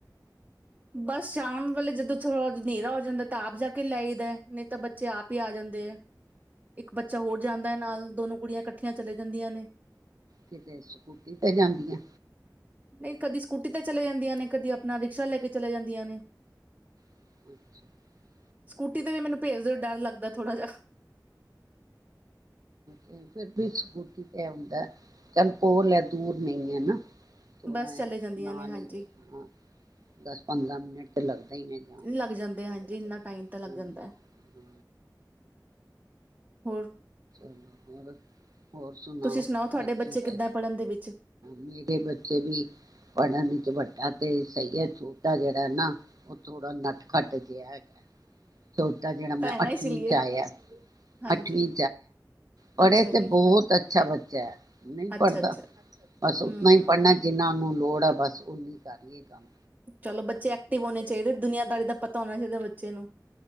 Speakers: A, on the right; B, on the right.
A: ਬਸ ਸ਼ਾਮ ਵੇਲੇ ਜਦੋਂ ਥੋੜਾ ਹਨੇਰਾ ਹੋ ਜਾਂਦਾ ਤਾਂ ਆਪ ਜਾ ਕੇ ਲੈ ਹੀਦਾ ਨਹੀਂ ਤਾਂ ਬੱਚੇ ਆਪ ਹੀ ਆ ਜਾਂਦੇ ਹੈ ਇੱਕ ਬੱਚਾ ਹੋਰ ਜਾਂਦਾ ਹੈ ਨਾਲ ਦੋਨੋ ਕੁੜੀਆਂ ਇਕੱਠੀਆਂ ਚਲੇ ਜਾਂਦੀਆਂ ਨੇ
B: ਕਿਤੇ ਸਕੂਟੀ ਤੇ ਜਾਂਦੀਆਂ
A: ਨਹੀਂ ਕਦੀ ਸਕੂਟੀ ਤੇ ਚਲੇ ਜਾਂਦੀਆਂ ਨੇ ਕਦੀ ਆਪਣਾ ਰਿਕਸ਼ਾ ਲੈ ਕੇ ਚਲੇ ਜਾਂਦੀਆਂ ਨੇ
B: <unintelligible>
A: <unintelligible> ਤੇ ਮੈਨੂੰ ਭੇਜ ਦਿਓ ਡਰ ਲੱਦਾ ਥੋੜਾ ਜਹਾ
B: ਹ ਫਿਰ ਵੀ ਸਕੂਟੀ ਤੇ ਆਉਂਦਾ ਚੱਲ ਕੋਲ ਹੈ ਦੂਰ ਨਹੀਂ ਹੈ ਨਾ ਥੋੜਾ
A: ਬਸ ਚਲੇ ਜਾਂਦੀਆਂ
B: ਨਾਲ
A: ਨੇ ਹਾਂਜੀ
B: ਹੀ ਹ ਦਸ ਪੰਦਰਾਂ ਮਿੰਟ ਲੱਗਦਾ ਹੀ ਨੇ ਜਾਣ
A: ਲੱਗ
B: ਤੇ
A: ਜਾਂਦੇ ਹਾਂਜੀ ਇੰਨਾ ਟਾਈਮ ਤਾਂ ਲੱਗ
B: ਹ
A: ਜਾਂਦਾ
B: ਹ
A: ਹੈ ਹੋਰ
B: ਹੋਰ ਹੋਰ ਸੁਣਾਓ
A: ਤੁਸੀਂ ਤੁਹਾਡੇ
B: ਬੱਚੀ
A: ਬੱਚੇ ਕਿੱਦਾਂ
B: ਤੇ
A: ਪੜ੍ਹਨ ਦੇ ਵਿੱਚ
B: ਮੇਰੇ ਬੱਚੇ ਵੀ ਪੜਨ ਦੀ ਵੱਡਾ ਤੇ ਸਹੀ ਹੈ ਛੋਟਾ ਜਿਹੜਾ ਨਾ ਥੋੜਾ ਨੱਟ ਖੱਟ ਜਿਹਾ ਹੈਗਾ ਛੋਟਾ ਜਿਹੜਾ ਮੈਂ
A: ਹੈ ਨਾ
B: ਅੱਠਵੀਂ
A: ਇਸ ਲਈਏ
B: ਚ ਆਇਆ
A: ਹਾਂਜੀ
B: ਅੱਠਵੀਂ ਪੜ੍ਹੇ
A: ਅੱਛਾ ਜੀ
B: ਤੇ ਬਹੁਤ ਅ ਅੱਛਾ ਬੱਚਾ ਹੈ ਨਹੀਂ
A: ਅੱਛਾ
B: ਪੜ੍ਹਦਾ
A: ਅੱਛਾ
B: ਬਸ ਉਤਨਾ
A: ਹਮ
B: ਹੀ ਪੜ੍ਹਨਾ ਜਿੰਨਾ ਉਹਨੂੰ ਲੋੜ ਆ ਬਸ ਉਓਹੀ ਕਰੀਏ ਕੰਮ
A: ਚਲੋ ਬੱਚੇ ਐਕਟਿਵ ਹੋਣੇ ਚਾਹੀਦੇ ਦੁਨੀਆਂਦਾਰੀ ਦਾ ਪਤਾ ਹੋਣਾ ਚਾਹੀਦਾ ਬੱਚੇ ਨੂੰ